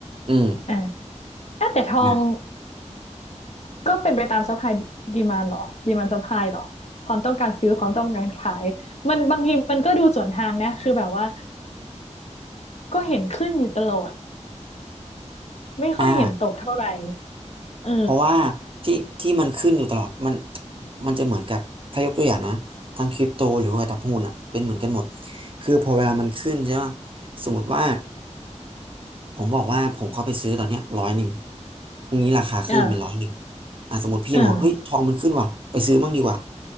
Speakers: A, on the right (about 45°); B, on the left (about 60°).
A: อืม
B: อ่าอ่ะแต่ทอง
A: นะ
B: ก็เป็นไปตามซัพพลายดีมานหรอดีมานซัพพลายหรอความต้องการซื้อความต้องการขายมันบางทีมันก็ดูสวนทางนะคือแบบว่าก็เห็นขึ้นอยู่ตลอด <laughs> ไม่ค่อยเห็นตกเท่าไหร่
A: อ่า
B: เออ
A: เพราะว่าที่ที่มันขึ้นอยู่ตลอดมันมันจะเหมือนกับถ้ายกตัวอย่างนะทั้งคริปโตหรือว่าตลาดหุ้นอ่ะเป็นเหมือนกันหมดคือพอเวลามันขึ้นใช่ป่ะสมมติว่า ผมบอกว่าผมเข้าไปซื้อตอนเนี้ยร้อยหนึ่งพรุ่งนี้ราคาขึ้นเป็นร้อยหนึ่ง
B: อ่า
A: อ่ะสมมติพี่มองเฮ้ยทองมันขึ้นว่ะไปซื้อมั่งดีกว่า
B: อ่า